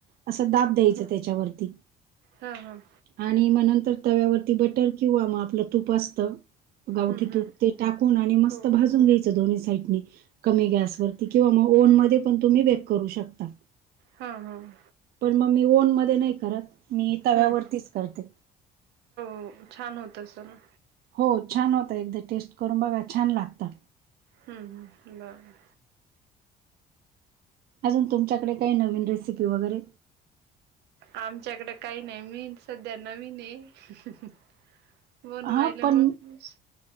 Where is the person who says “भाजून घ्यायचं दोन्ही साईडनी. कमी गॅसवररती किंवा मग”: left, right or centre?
Right